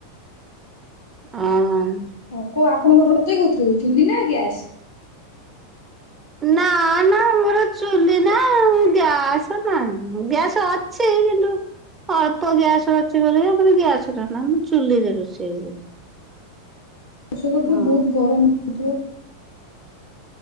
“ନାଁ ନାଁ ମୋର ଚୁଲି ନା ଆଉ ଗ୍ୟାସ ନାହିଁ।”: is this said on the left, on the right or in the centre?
Right